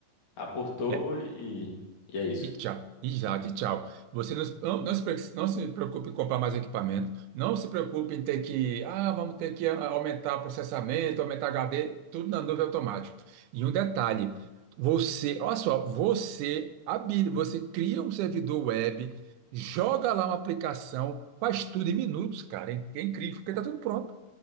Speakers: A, on the left (about 70°); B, on the right (about 85°).
A: aportou
B: É.
A: e, e é isso.
B: E tchau. E já de tchau. Você não, se- não, não se, pre- não se preocupe em comprar mais equipamento. Não se preocupe em ter que. Ah, vamos ter que a- aumentar processamento, aumentar HD, tudo na nuvem automático. E um detalhe: você, olha só, você habilita, você cria um servidor web, joga lá uma aplicação, faz tudo em minutos, cara. É incrível, porque está tudo pronto.